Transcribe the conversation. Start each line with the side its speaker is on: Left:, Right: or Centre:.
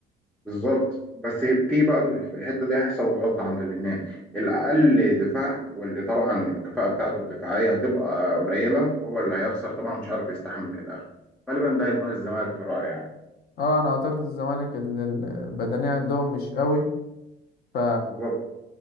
Centre: بالظبط بس في بقى في في الحته دي هيحصل غلطه عند الاثنين الاقل دفاع واللي طبعا الكفاءه بتاعته الدفاعيه هتبقى قليله هو اللي هيخسر طبعا مش عارف يستحمل للاخر غالبا ده هيكون الزمالك في رايي يعني
Left: اه انا اعتقد الزمالك ال- ال- البدنيه عندهم مش قوي ف
Centre: بالظبط